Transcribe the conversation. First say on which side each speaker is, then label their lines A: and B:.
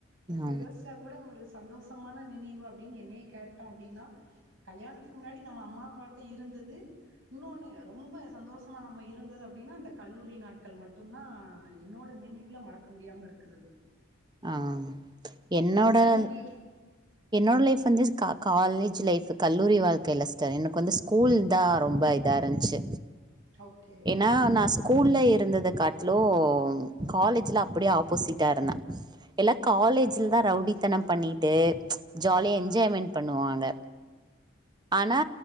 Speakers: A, on the right; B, on the right.
A: ஆ
B: இப்ப யோசிச்சா கூட ஒரு சந்தோஷமான நினைவு அப்டின் என்னயே கேட்டோ அப்டின்னா கல்யாணத்துக்கு முன்னாடி நம்ம அம்மாப்பாட்ட இருந்தது இன்னொன்னு ரொம்ப சந்தோஷமா நம்ம இருந்தது அப்டின்னா அந்த கல்லூரி நாட்கள் மட்டுந்தா என்னோட நினைவுல மறக்க முடியாம இருக்குறது
A: ஆ என்னோட
B: ம் நீங்க உங்க
A: என்னோட லைஃப் வந்து க கால்லேஜ் லைஃப் கல்லூரி வாழ்க்கை இல்ல சிஸ்டர் எனக்கு வந்து ஸ்கூல் தா ரொம்ப ப இதாருந்ச்சு
B: ஓகே
A: ஏனா
B: ஆ
A: நா ஸ்கூல்ல இருந்தது காட்லு காலேஜ்ல அப்டே ஆப் போசிட்டா இருந்தே எல்லா காலேஜ்ல
B: சைலன்டா
A: தா ரவுடித்தனம்
B: இருந்தீங்களா
A: பண்ணிட்டு ஜாலியா
B: ஆ
A: என்ஜாய்மென்ட் பண்ணுவாங்க ஆனா